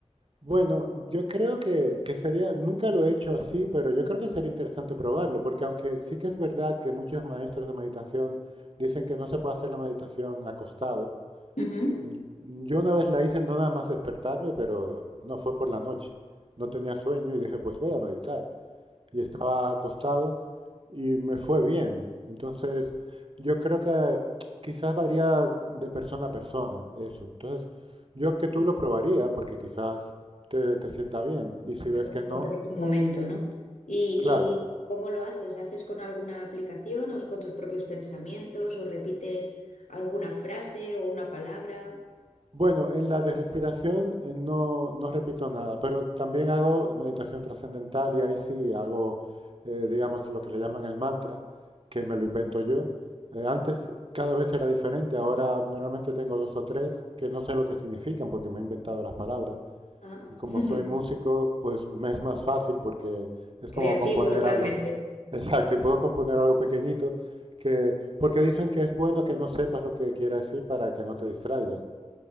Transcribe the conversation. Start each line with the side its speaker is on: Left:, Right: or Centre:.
Right: Bueno, yo creo que, que sería, nunca lo he hecho así, pero yo creo que sería interesante probarlo, porque aunque sí que es verdad que muchos maestros de meditación dicen que no se puede hacer la meditación acostado,
Left: Ujú.
Right: eh, yo una vez la hice no nada más despertarme, pero no fue por la noche, no tenía sueño y dije, pues voy a meditar y estaba acostado y me fue bien. Entonces, yo creo que quizás varía de persona a persona eso. Entonces, yo que tú lo probaría porque quizás te, te sienta bien y si
Left: Es
Right: ves
Left: como
Right: que no,
Left: encontrar tu momento, ¿no? ¿Y,
Right: claro,
Left: y cómo lo haces? ¿Haces con alguna aplicación o es con tus propios pensamientos o repites alguna frase o una palabra?
Right: Bueno, en la de respiración eh, no, no repito nada, pero también hago meditación trascendental y ahí sí hago, eh, digamos, lo que le llaman el mantra, que me lo invento yo. Eh, antes cada vez era diferente, ahora normalmente tengo dos o tres que no sé lo que significan porque me he inventado las palabras.
Left: Ah,
Right: Y como
Left: <laughs>
Right: soy músico, pues me es más fácil porque es
Left: Creativo
Right: como componer
Left: totalmente.
Right: algo. <laughs> Exacto, y puedo componer algo pequeñito que, porque dicen que es bueno que no sepas lo que quiere decir para que no te distraigas.